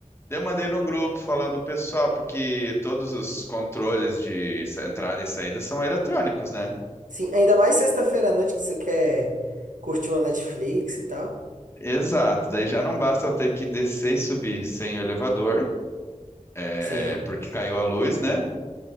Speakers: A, on the left (about 20°); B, on the right (about 85°).
A: Daí Eu mandei no grupo falando, pessoal, porque todos os controles de sa- entrada e saída são eletrônicos, né?
B: Sim, ainda mais sexta-feira à noite que você quer curtir uma Netflix e tal.
A: Exato, daí já não basta eu ter que descer e subir sem o elevador. É,
B: Sim.
A: porque caiu a luz, né?